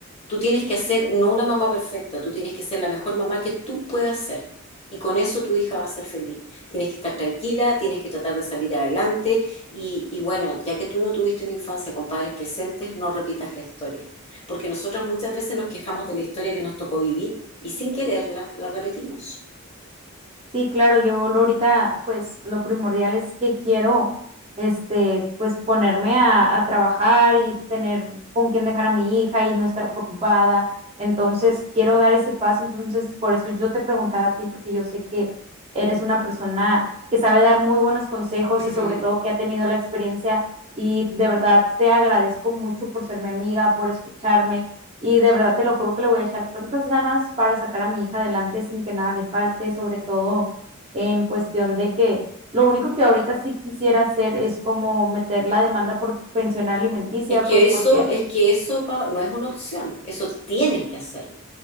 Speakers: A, on the left; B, on the right.
A: Tú tienes que hacer, no una mamá perfecta, tú tienes que ser la mejor mamá que tú puedas ser. Y con eso tu hija va a ser feliz. Tienes que estar tranquila, tienes que tratar de salir adelante. Y, y bueno, ya que tú no tuviste una infancia con padres presentes, no repitas la historia. Porque nosotros muchas veces nos quejamos de la historia que nos tocó vivir y sin quererla la repetimos.
B: Sí, claro, yo lo ahorita, pues lo primordial es que quiero, este, pues ponerme a, a trabajar y tener con quién dejar a mi hija y no estar preocupada. Entonces, quiero dar ese paso. Entonces, por eso yo te preguntaba a ti, porque yo sé que eres una persona que sabe dar muy buenos consejos
A: <laughs>
B: y sobre todo que ha tenido la experiencia y de verdad te agradezco mucho por ser mi amiga, por escucharme y de verdad te lo juro que le voy a echar tantas ganas para sacar a mi hija adelante sin que nada le falte, sobre todo en cuestión de que lo único que ahorita sí quisiera hacer es como meter la demanda por pensión alimenticia,
A: Es que
B: pues
A: eso,
B: porque,
A: es que eso, Pao, no es una opción, eso tienes que hacerlo.